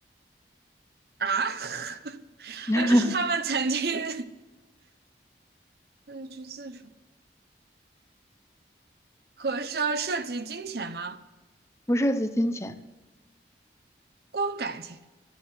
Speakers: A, on the right; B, on the left.
A: 啊，<laughs>
B: <laughs>
A: 呃，这是他们曾经 <laughs> 就去自首 <laughs> 和涉涉及金钱吗？
B: 不涉及金钱，
A: 光感情，